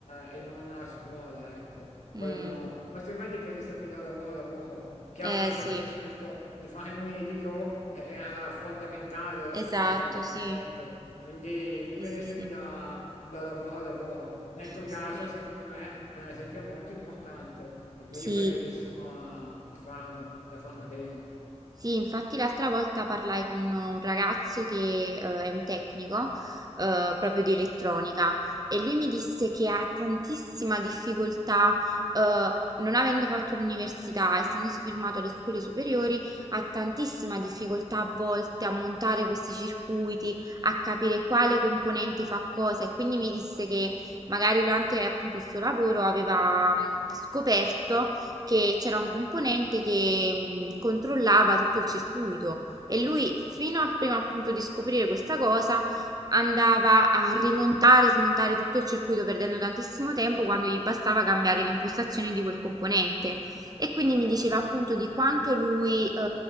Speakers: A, on the left; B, on the right.
A: e non a scuola, ecco.
B: mm,
A: Quello no, ma secondo me dipende sempre dal lavoro a lavoro. Chiaro
B: eh
A: che se
B: sì.
A: avessi scelto di fare il medico eh, era fondamentale la
B: Esatto,
A: scuola,
B: sì.
A: ecco. Quindi dipende
B: Sì, sì,
A: sempre
B: sì.
A: da, da lavoro a lavoro. Nel tuo caso,
B: Sì,
A: secondo me, per esempio, è molto importante e quindi
B: sì,
A: fai benissimo a, a farla e a farla bene.
B: Sì, infatti l'altra volta parlai con un ragazzo che eh, è un tecnico eh, proprio di elettronica e lui mi disse che ha tantissima difficoltà, eh, non avendo fatto l'università, essendosi fermato alle scuole superiori, ha tantissima difficoltà a volte a montare questi circuiti, a capire quale componente fa cosa e quindi mi disse che magari durante appunto il suo lavoro aveva mh, scoperto che c'era un componente che mh, controllava tutto il circuito e lui, fino a prima appunto di scoprire questa cosa, andava a rimontare e smontare tutto il circuito perdendo tantissimo tempo quando gli bastava cambiare l'impostazione di quel componente. E quindi
A: Ah,
B: mi diceva
A: ecco.
B: appunto di quanto lui eh,